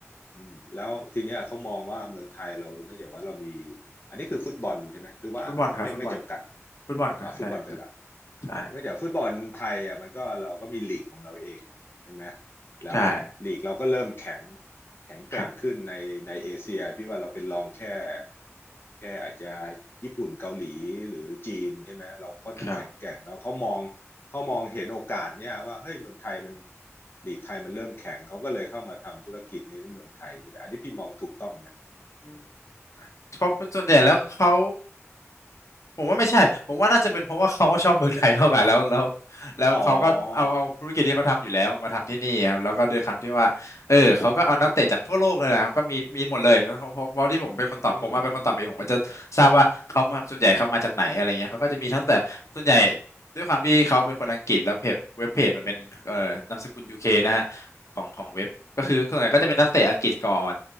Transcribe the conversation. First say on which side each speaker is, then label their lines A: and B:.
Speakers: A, on the left (about 45°); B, on the left (about 75°).
A: อืมแล้วทีเนี้ยเขามองว่าเมืองไทยเราเนื่องจากว่าเรามีอันนี้คือฟุตบอลใช่ไหมหรือว่าไม่ไม่จำกัด
B: ฟุตบอลครับฟุตบอลฟุตบอลฮะใช่ครับ
A: อ่าฟุตบอลเป็นหลัก
B: ใช่
A: เนื่องจากฟุตบอลไทยอ่ะมันก็เราก็มีลีกของเราเอง ใช่ไหมแล้วลีกเราก็เริ่มแข็ง
B: ใช่
A: แข็งแกร่งขึ้นในในเอเชียพี่ว่าเราเป็นรองแค่
B: ครับ
A: แค่อาจจะญี่ปุ่นเกาหลีหรือจีนใช่ไหมเราค่อนข้างแข็งแกร่งเราเขามอง
B: ครับ
A: เขามองเห็นโอกาสเนี่ยว่าเฮ้ยเมืองไทยมันลีกไทยมันเริ่มแข็งเขาก็เลยเข้ามาทำธุรกิจนี้ในเมืองไทยใช่ไหมอันนี้พี่มองถูกต้องไหม
B: อืมเขาส่วนใหญ่แล้วเขา ผมว่าไม่ใช่ผมว่าน่าจะเป็นเพราะว่าเขาก็ชอบเมืองไทยเท่ากันแล้ว แล้วแล้วเขาก็เอาเอาธุรกิจที่เขาทำอยู่แล้วมาทำที่นี่ครับแล้วก็ด้วยคำที่ว่าเออเขาก็เอานักเตะจากทั่วโลกเลยนะครับก็มีมีหมดเลยเพราะเพราะเพราะที่ผมเป็นคนตอบผมมาเป็นคนตอบเองผมก็จะทราบว่าเขามาส่วนใหญ่เขามาจากไหนอะไรเงี้ยเขาก็จะมีทั้งแต่ส่วนใหญ่
A: อ๋ออืม
B: ด้วยความที่เขาเป็นคนอังกฤษแล้วเพจเว็บเพจมันเป็นเอ่อนามสกุลยูเคนะฮะของของเว็บก็คือส่วนใหญ่ก็จะเป็นนักเตะอังกฤษก่อน